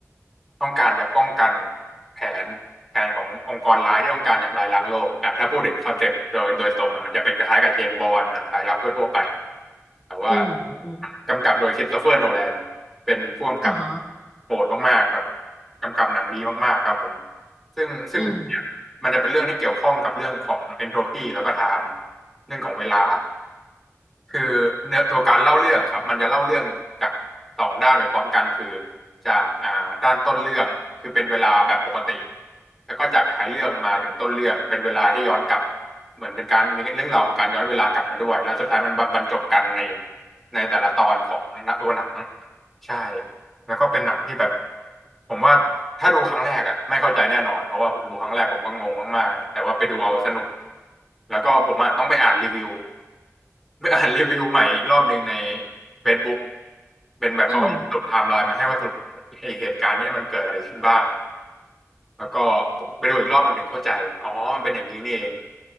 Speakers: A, in the centre; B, on the right.
A: ต้องการจะป้องกันแผนแผนขององค์กรร้ายที่ต้องการจะทำลายล้างโลกอ่ะถ้าพูดถึงคอนเซปต์โดยโดยตรงอ่ะมันจะเป็นคล้ายๆกับเจมส์บอนด์หนังสายลับทั่วๆไปแต่ว่า
B: อืมอืม
A: กำกับโดยคริสโตเฟอร์โนแลนเป็นผู้กำกับ
B: อ่ะฮะ
A: โหดมากๆแบบกำกับหนังดีมากๆครับผมซึ่งซึ่งเนี่ยมันจะเป็นเรื่องที่เกี่ยวข้องกับเรื่องของเอนโทรปีแล้วก็ไทม์
B: อืม
A: เรื่องของเวลา คือเนื้อตัวการเล่าเรื่องอะครับมันจะเล่าเรื่องจากสองด้านไปพร้อมกันคือจากอ่าด้านต้นเรื่องคือเป็นเวลาแบบปกติแล้วก็จากท้ายเรื่องมาถึงต้นเรื่องเป็นเวลาที่ย้อนกลับเหมือนเป็นการมีเรื่องราวของการย้อนเวลากลับมาด้วยแล้วสุดท้ายมันบรรจบกันในในแต่ละตอนของตัวหนังใช่แล้วก็เป็นหนังที่แบบผมว่าถ้าดูครั้งแรกอ่ะไม่เข้าใจแน่นอนเพราะว่าผมดูครั้งแรกผมก็งงมากๆนะแต่ว่าไปดูเอาสนุกแล้วก็ผมอะต้องไปอ่านรีวิว ไม่อ่านรีวิวใหม่อีกรอบหนึ่งใน Facebook เป็นแบบเขาก็สรุปไทม์ไลน์มาให้ว่าสรุปไอ้เหตุการณ์เนี้ยมันเกิดอะไรขึ้นบ้าง
B: อืม
A: แล้วก็ผมไปดูอีกรอบหนึ่งถึงเข้าใจอ๋อมันเป็นอย่างนี้นี่เอง